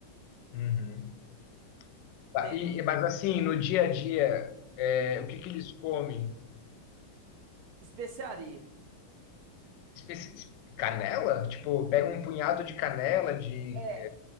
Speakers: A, on the left; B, on the right.
A: Uhum. Tá,
B: Tem
A: E,
B: uma
A: e- mas assim, no dia a dia, é, o que que eles comem?
B: especiaria.
A: Espe- Canela? Tipo, pega um punhado de canela, de
B: É,